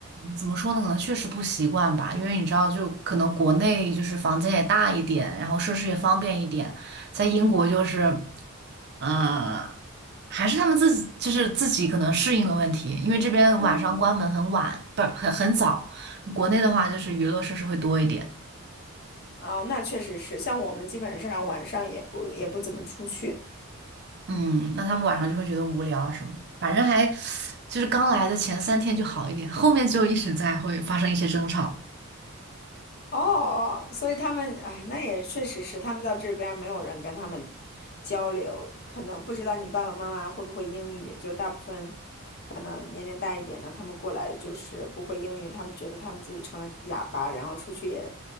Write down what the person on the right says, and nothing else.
怎么说呢？可能确实不习惯吧，因为你知道，就可能国内就是房间也大一点，然后设施也方便一点，在英国就是，呃，还是他们自己就是自己可能适应的问题，因为这边晚上嗯关门很晚，不是很很早，国内的话就是娱乐设施会多一点，
嗯，那他们晚上就会觉得无聊啊什么的，反正还就是刚来的前三天就好一点，后面就一直在会发生一些争吵。